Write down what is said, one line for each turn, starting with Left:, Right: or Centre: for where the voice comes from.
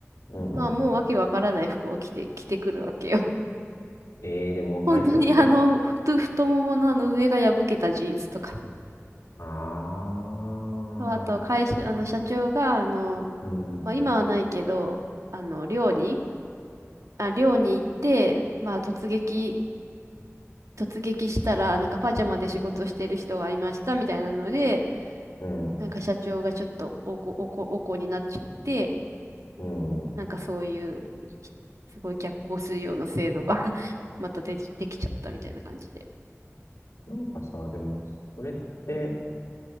Left: うん。
Right: まあもうわけわからない服を着て、着てくるわけよ。<laughs>
Left: ええー、でも若い子、
Right: 本当にあの、
Left: そ
Right: 太、太もものあの上が破けたジーンズとかさ。
Left: う。ああ、
Right: そうあと、会社、あの、社長が、あの、
Left: うん、うん、
Right: まあ今はないけど、あの、寮に、あ、寮に行って、まあ突撃、突撃したら、なんかパジャマで仕事してる人がいましたみたいなので、
Left: うん、
Right: なんか社長がちょっとおこ、おこ、おこになっちゃって、
Left: うん。
Right: なんかそういう、いすごい逆行するような制度が <laughs> またでき、できちゃったみたいな感じで。
Left: なんかさ、でも、それって、